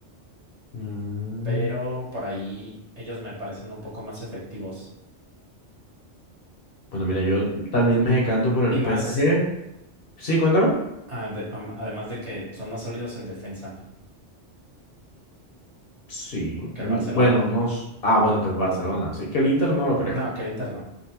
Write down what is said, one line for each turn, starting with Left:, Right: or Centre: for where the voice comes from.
Left: Mm,
Right: pero por ahí ellos me parecen un poco más efectivos
Left: Bueno, mira, yo también me decanto por el
Right: y
Left: PSG.
Right: más,
Left: Sí,
Right: eh,
Left: cuéntame.
Right: ade- am- además de que son más sólidos en defensa
Left: Sí.
Right: que
Left: Mm,
Right: el Barcelona.
Left: Bueno, no. s- Ah, bueno, que el Barcelona. Así que el Inter no lo creo.
Right: No, que el interno.